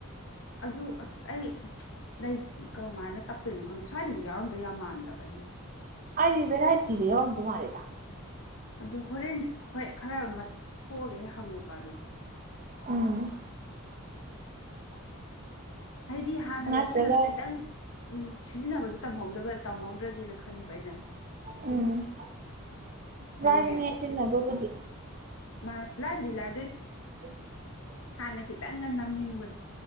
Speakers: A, on the left; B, on the right.
A: ꯑꯗꯨ ꯑꯁ ꯑꯩ ꯂꯩ ꯀꯃꯝꯃꯥꯏꯅ ꯇꯞꯇꯣꯏꯅꯣ ꯈꯪꯗꯦ ꯁ꯭ꯋꯥꯏꯗꯗꯤ ꯌꯥꯎꯔꯝꯗꯣꯏ ꯌꯥꯝ ꯃꯥꯟꯗꯕ ꯑꯩ <inaudible>
B: ꯑꯗꯤꯕꯦꯔ ꯍꯥꯏꯗꯤꯗ ꯑꯣ ꯑꯗꯨ ꯃꯥꯔꯤꯗ
A: ꯑꯗꯨ ꯍꯣꯔꯦꯟ ꯍꯣꯏ ꯈꯔ ꯊꯣꯛꯑꯒꯦ ꯍꯪꯉꯨꯀ ꯑꯗꯨꯅꯤ
B: ꯎꯝ
A: ꯍꯥꯏꯗꯤ ꯍꯥꯟꯅ
B: ꯅꯠꯇ꯭ꯔꯒ
A: ꯂꯩꯁꯜꯂꯒ ꯈꯤꯇꯪ ꯎ ꯁꯤꯖꯤꯟꯅꯕꯁꯨ ꯇꯝꯍꯧꯗꯕ ꯇꯝꯍꯧꯗ꯭ꯔꯗꯤꯅ ꯈꯟꯕ ꯑꯩꯅ
B: ꯎꯝ
A: ꯍꯌꯦ
B: ꯂꯥꯏꯕꯅꯦ ꯁꯤꯖꯤꯟꯅꯕꯕꯨꯗꯤ
A: ꯃꯥ ꯂꯗꯔꯤ ꯂ
B: <inaudible>
A: ꯍꯥꯟꯅ ꯀꯤ ꯇꯪ ꯅꯝ ꯏꯤꯡꯕꯣ